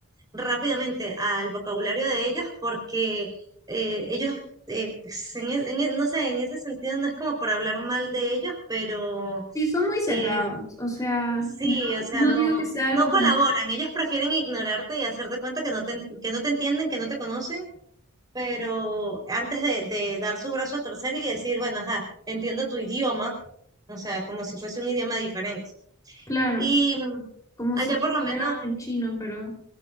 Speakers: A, on the right; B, on the left.
A: rápidamente al vocabulario de ellos porque eh, ellos, eh, pues, en e- en e- no sé, en ese sentido no es como por hablar mal de ellos, pero
B: Sí, son muy cerrados,
A: eh,
B: o sea,
A: Sí,
B: no,
A: o sea,
B: no
A: no,
B: digo que sea algo
A: no colaboran. Ellos prefieren ignorarte y hacer de cuenta que no te, en- que no te entienden, que no te conocen, pero antes de, de dar su brazo a torcer y decir, bueno, ajá, entiendo tu idioma, o sea, como si fuese un idioma diferente.
B: claro,
A: Y
B: como
A: allá
B: si lo
A: por lo menos,
B: hicieran en chino, pero